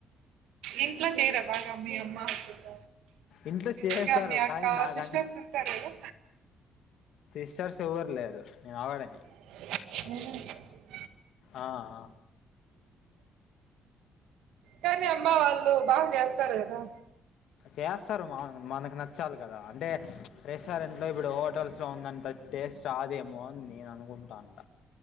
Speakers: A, on the right (about 90°); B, on the left (about 80°).
A: ఇంట్లో చేయ్యరా బాగ మీ అమ్మ ఫుడ్
B: ఇంట్లో చేస్తారు
A: ఇంగ మీ అక్కా
B: కానీ నాకని
A: సిస్టర్స్ ఉంటారు కదా
B: సిస్టర్స్ ఎవ్వరు లేరు నేను అవరే
A: హ
B: ఆ ఆ
A: కానీ అమ్మ వాళ్ళు బాగ చేస్తారు కదా
B: చేస్తారు మామగా మనకు నచ్చాలి కదా అంటే రెస్టారెంట్లు ఇప్పుడు హోటల్స్ ఇంట్లో ఉన్నంత టేస్ట్ రాదేమో అని నేను అనుకుంటాంట